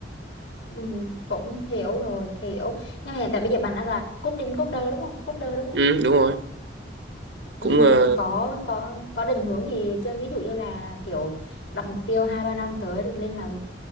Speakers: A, on the left; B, on the right.
A: Ừ. Cũng hiểu rồi, hiểu. nhưng mà hiện tại bây giờ bạn đang là coding coder đúng không coder đúng không
B: ừ, đúng rồi cũng
A: Ừm,
B: ờ,
A: có có có định hướng gì chưa ví dụ như là kiểu đặt mục tiêu hai ba năm tới được lên làm